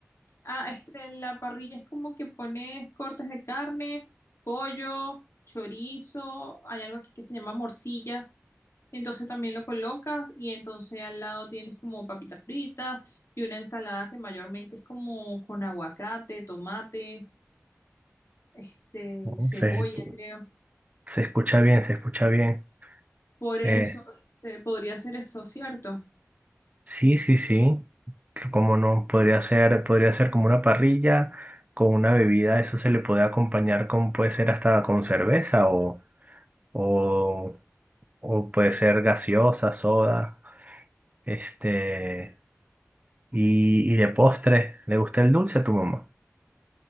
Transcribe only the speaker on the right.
¿No?
se-
se escucha bien, se escucha bien.
Eh,
Sí, sí, sí. Como no, podría ser, podría ser como una parrilla con una bebida, eso se le puede acompañar con, puede ser hasta con cerveza o, o, o puede ser gaseosa, soda, este, y, y de postre, ¿le gusta el dulce a tu mamá?